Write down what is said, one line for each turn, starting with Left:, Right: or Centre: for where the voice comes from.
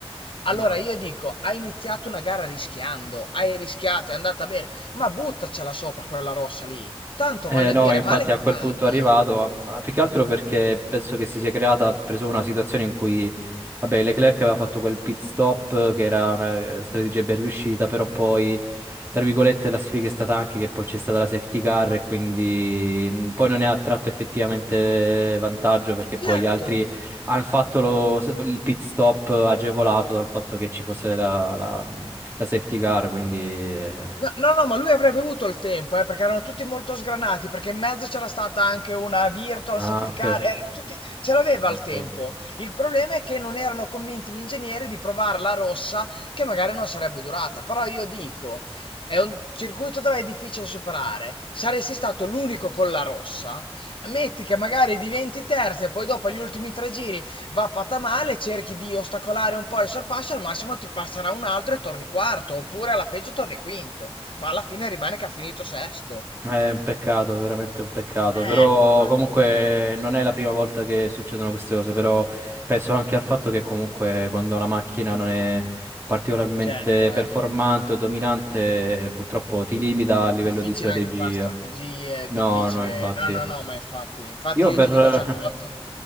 Left: Allora
Right: no.
Left: io dico, hai iniziato una gara rischiando, hai rischiato, è andata bene. Ma buttacela sopra quella rossa lì. Tanto
Right: Eh,
Left: voglio
Right: no,
Left: dire,
Right: infatti
Left: male che
Right: a quel
Left: vada.
Right: punto è arrivato, ah, ma più che altro perché penso che si sia creata preso una situazione in cui, vabbè, Leclerc aveva fatto quel pit stop eh, che era una eh, strategia ben riuscita, però poi, tra virgolette, la sfiga è stata anche che poi c'è stata la safety car e quindi mm, poi non ne ha tratto effettivamente vantaggio perché poi
Left: Certo.
Right: gli altri hanno fatto lo- il pit stop agevolato dal fatto che ci fosse la, la- mm, la safety car, quindi... eh.
Left: No, no, no, ma lui avrebbe avuto il tempo, eh, perché erano tutti molto sgranati, perché in mezzo c'era stata anche una virtual
Right: Ah,
Left: safety
Right: ok.
Left: car, erano tutti... ce l'aveva
Right: Ah,
Left: il
Right: ok.
Left: tempo. Il problema è che non erano convinti gli ingegneri di provare la rossa, che magari non sarebbe durata. Però io dico, è un circuito dove è difficile superare. Saresti stato l'unico con la rossa. Metti che magari diventi terzo e poi dopo agli ultimi tre giri va fatta male, cerchi di ostacolare un po' il sorpasso e al massimo ti passerà un altro e torni quarto, oppure alla peggio torni quinto, ma alla fine rimane che ha finito sesto.
Right: È un peccato, veramente un peccato,
Left: Eh,
Right: però
Left: infatti,
Right: comunque non è la prima volta che succedono queste cose,
Left: no,
Right: però penso anche al fatto che comunque quando la macchina non è particolarmente
Left: Certo, è
Right: performante o dominante, purtroppo ti limita a livello
Left: difficile
Right: di strategia.
Left: anche fare strategie, è
Right: No,
Left: difficile...
Right: no, infatti.
Left: No, no, no, ma infatti, infatti
Right: Io
Left: io
Right: per...
Left: ti dico
Right: <laughs>
Left: certe volte...